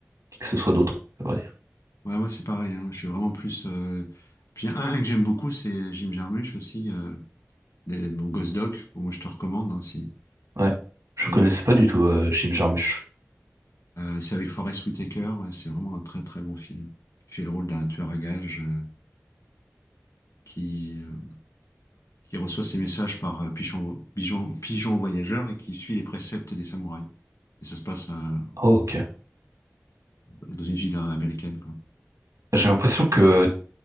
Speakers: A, on the right; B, on the left.
A: qui que ce soit d'autre, à vrai dire.
B: ouais, ouais, c'est pareil. hein. Je suis vraiment plus. euh, Puis un, un que j'aime beaucoup, c'est Jim Jarmusch aussi. euh, Les- Bon, Ghost Dog, moi je te recommande. hein, si-
A: Ouais. Je
B: et,
A: connaissais pas du tout euh, Jim Jarmusch.
B: euh, c'est avec Forest Whitaker, ouais, c'est vraiment un très très bon film. Il fait le rôle d'un tueur à gages euh, qui, euh, qui reçoit ses messages par euh, pigeon, pigeon, pigeon voyageur et qui suit les préceptes des samouraïs. Et ça se passe euh,
A: Oh, ok.
B: dans une ville euh, américaine, quoi.
A: J'ai l'impression que